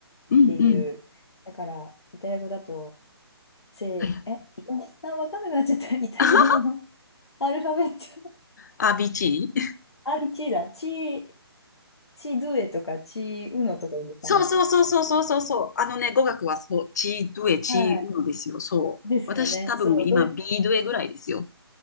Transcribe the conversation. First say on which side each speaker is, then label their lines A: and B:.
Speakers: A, on the left; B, on the left.
A: うんうん。
B: ていう、だから、イタリア語だと、セー、
A: はい。
B: え、イタリア、あ、わかんなくなっちゃった。イタリア語の
A: <laughs>
B: アルファベット。
A: あ、ビーチー
B: アリチーだ。チー、チードゥエとか、チーウノとか言うんですかね。
A: そうそうそうそうそうそうそう。あのね、語学はそう、チードゥエ、チーウノですよ。
B: はい。
A: そう。
B: ですよね。
A: 私多分今、
B: そう、ドイツ、
A: ビードゥエぐらいですよ。